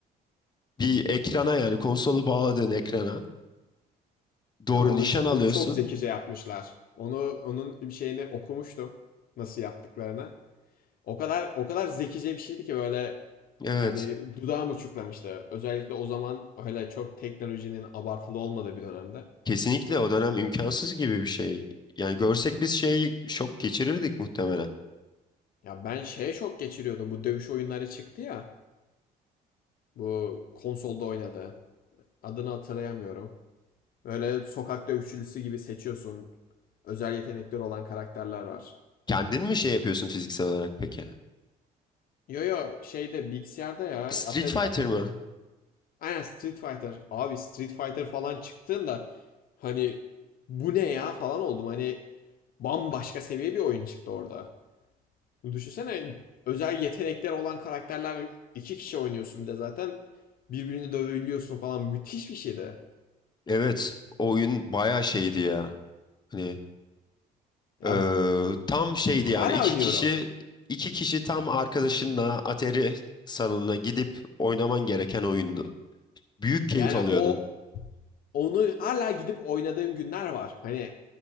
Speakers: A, on the left; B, on the left.
A: bir ekrana yani konsolu bağladığın ekrana doğru
B: Ama onu
A: nişan alıyorsun.
B: onu çok zekice yapmışlar. Onu onun bir şeyini okumuştum nasıl yaptıklarını. O kadar o kadar zekice bir şeydi ki böyle
A: Evet.
B: hani dudağım uçuklamıştı. Özellikle o zaman öyle çok teknolojinin abartılı olmadığı bir dönemde.
A: Kesinlikle o dönem imkansız gibi bir şey. Yani görsek biz şeyi şok geçirirdik muhtemelen.
B: Ya ben şeye çok geçiriyordum. Bu dövüş oyunları çıktı ya. Bu konsolda oynadı. Adını hatırlayamıyorum. Böyle sokak dövüşçüsü gibi seçiyorsun. Özel yetenekleri olan karakterler var.
A: Kendin mi şey yapıyorsun fiziksel olarak peki?
B: Yo yo şeyde bilgisayarda ya
A: Street
B: Atari,
A: Fighter mı?
B: Aynen Street Fighter. Abi Street Fighter falan çıktığında hani bu ne ya falan oldum. Hani bambaşka seviye bir oyun çıktı orada. Düşünsene özel yetenekler olan karakterler iki kişi oynuyorsun bir de zaten birbirini dövebiliyorsun falan müthiş bir şeydi.
A: Evet. o Oyun bayağı şeydi ya. Hani
B: Ya
A: Ee, tam şeydi
B: hala
A: yani iki
B: oynuyorum.
A: kişi iki kişi tam arkadaşınla Atari salonuna gidip oynaman gereken oyundu. Büyük keyif
B: Yani
A: alıyordun.
B: o onu hala gidip oynadığım günler var. Hani